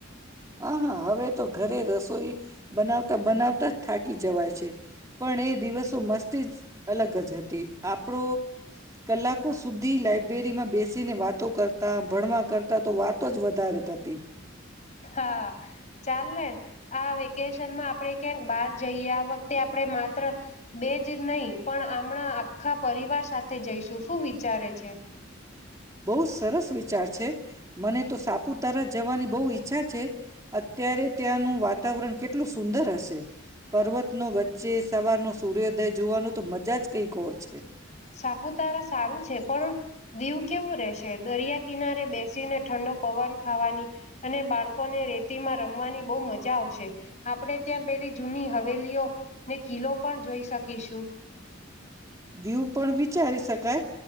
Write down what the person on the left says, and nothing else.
હા ચાલ ને આ વેકેશનમાં આપણે ક્યાંક બહાર જઈએ આ વખતે આપણે માત્ર બે જ નહી પણ હમણાં આખા પરિવાર સાથે જઈશું શું વિચારે છે
સાપુતારા સારું છે પણ દીવ કેવું રહેશે દરિયા કિનારે બેસીને ઠંડો પવન ખાવાની અને બાળકોને રેતીમાં રમવાની બહુ મજા આવશે આપણે ત્યાં પેલી જૂની હવેલીઓ ને કિલો પણ જોઈ શકીશું